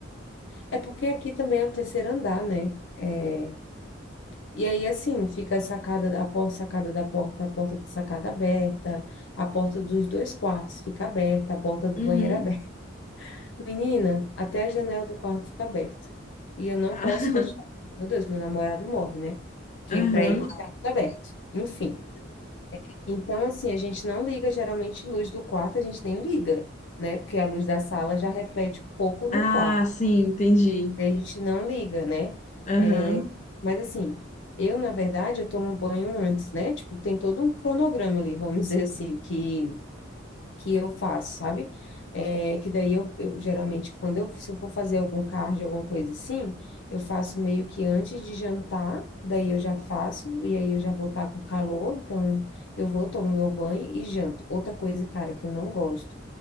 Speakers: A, on the left; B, on the left.
A: É, é porque aqui também é o terceiro andar, né? É, e aí, assim, fica a sacada, a porta, sacada da porta, a porta da sacada aberta, a porta dos dois quartos fica aberta, a porta do
B: Uhum.
A: banheiro aberta. Menina, até a janela do quarto fica aberta. E eu não
B: <laughs>
A: posso fechar. porque, Meu Deus, meu namorado morre, né? Que
B: Aham.
A: para ele tá tudo aberto. Enfim. Então, assim, a gente não liga geralmente luz do quarto, a gente nem liga, né? Porque a luz da sala já reflete um pouco
B: Ah,
A: no quarto.
B: sim, entendi.
A: A gente não liga, né?
B: Aham.
A: É, mas assim, eu, na verdade, eu tomo banho antes, né? Tipo, tem todo um cronograma ali, vamos <laughs> dizer assim, que que eu faço, sabe? É, que daí eu, eu geralmente, quando eu, se eu for fazer algum cardio, alguma coisa assim, eu faço meio que antes de jantar, daí eu já faço, e aí eu já vou estar com calor, então eu vou, tomo meu banho e janto. Outra coisa, cara, que eu não gosto,